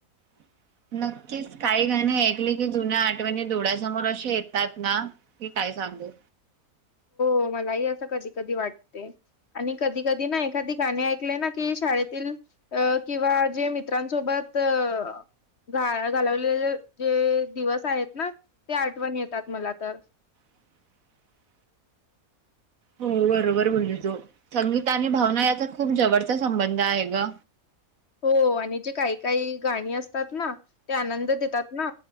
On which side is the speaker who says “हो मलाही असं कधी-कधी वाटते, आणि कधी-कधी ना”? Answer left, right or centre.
Left